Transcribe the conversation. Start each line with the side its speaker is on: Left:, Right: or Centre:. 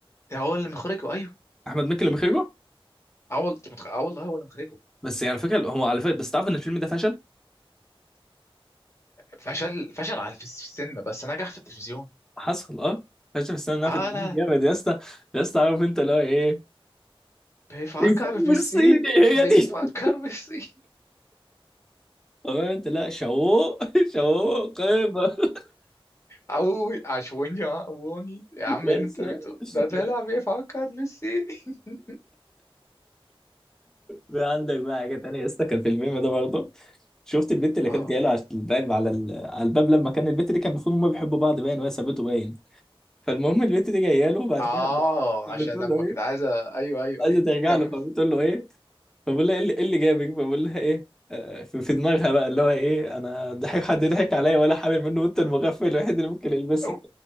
Left: ده هو اللي مخرجه ايوه
Centre: احمد مكي اللي مخرجه
Left: اه والله أنت متخ- اه والله هو اللي مخرجه
Centre: بس يعني على فكره هو على فكره بس تعرف ان الفيلم ده فشل
Left: فشل فشل على في الس- في السينما بس نجح في التلفزيون
Centre: حصل اه فشل في السنه اللي
Left: اه
Centre: فاتت جامد
Left: لا
Centre: يا اسطى يا اسطى عارف انت اللي هو ايه
Left: بيفكر
Centre: الفيلم
Left: بالسين
Centre: الصيني هي
Left: بيفكر
Centre: دي
Left: بالسين
Centre: قمت لا شو <laughs> شو قيمة <laughs>
Left: اوي عشوني <laughs> عشوني عووني يا عم
Centre: يا
Left: إيه اللي
Centre: سلام
Left: انت بتقول
Centre: يا سلام.
Left: ده طلع بيفكر بالسين <laughs>
Centre: في عندك بقى حاجة تانية يا اسطى كان في الميم ده برضه شفت البت اللي
Left: اه
Centre: كانت جايه له على الباب على ال- على الباب لما كان البت دي كان المفروض هما بيحبوا بعض باين وهي سابته باين فالمهم البت دي جايه له بعد
Left: اه
Centre: كده فبتقول
Left: عشان لما
Centre: له ايه
Left: كنت عايزه ايوه ايوه
Centre: عايزه
Left: ايوه
Centre: ترجع
Left: كمل
Centre: له فبتقول له ايه فبقول لها ايه اللي إيه اللي جابك فبقول لها ايه آه، في في دماغها بقى اللي هو ايه انا ضحك حد ضحك عليا ولا حامل منه وانت المغفل الوحيد اللي ممكن يلبسها
Left: أو-